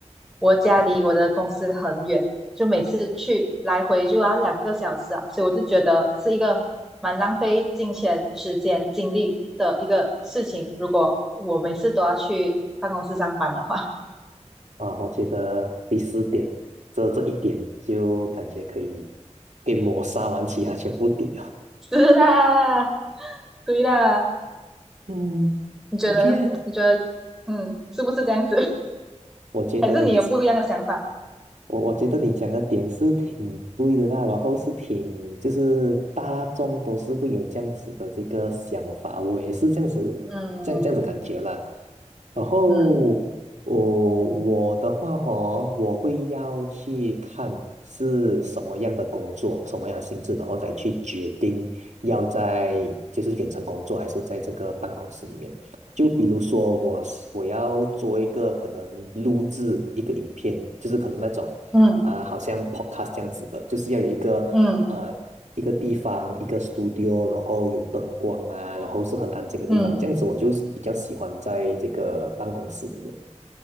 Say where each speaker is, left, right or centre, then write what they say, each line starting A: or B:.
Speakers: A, in the centre; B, on the right.
A: 我家离我的公司很远，就每次去来回就要两个小时啊，所以我就觉得是一个蛮浪费金钱、时间、精力的一个事情。如果我每次都要去办公室上班的话，
B: 啊，我觉得第四点，这这一点就感觉可以可以抹杀完其他全部点了。
A: <laughs> 是啦，对啦，
B: 嗯
A: 你觉得？
B: ，OK 啊，
A: 你觉得，嗯，是不是这样子？<laughs>
B: 我觉得你，
A: 还是你有不一样的想法？
B: 我我觉得你讲的点是挺对的啦，然后是挺就是大众都是会有这样子的这个想法，我也是这样子，
A: 嗯
B: 这样这样子感觉啦。然后我我的话哦，
A: 嗯
B: 我会要去看是什么样的工作，什么样的性质，然后再去决定要在就是远程工作还是在这个办公室里面。就比如说我是我要做一个可能录制一个影片，就是可能那种
A: 嗯
B: 啊、好像 podcast 这样子的，就是要有一个。
A: 嗯
B: 呃。一个地方，一个 studio，然后有灯光啊，然后是很安静的地方，
A: 嗯
B: 这样子我就比较喜欢在这个办公室里面。